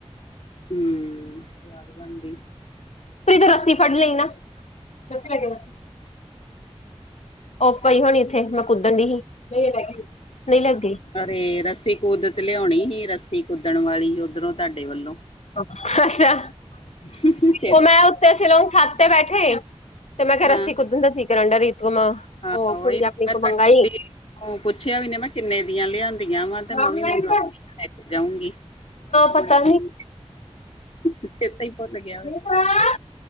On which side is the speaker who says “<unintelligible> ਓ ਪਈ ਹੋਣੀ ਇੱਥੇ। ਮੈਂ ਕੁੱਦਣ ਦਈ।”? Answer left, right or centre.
Left